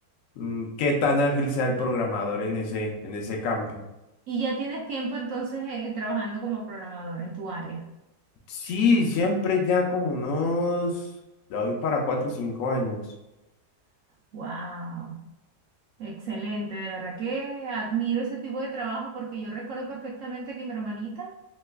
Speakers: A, on the left; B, on the right.
A: mm, qué tan ágil sea el programador en ese, en ese campo.
B: Y ya tienes tiempo entonces eh, trabajando como programador en tu área.
A: Sí, siempre ya como unos, de hoy para cuatro o cinco años.
B: Wow. Excelente, de verdad que admiro ese tipo de trabajo porque yo recuerdo perfectamente que mi hermanita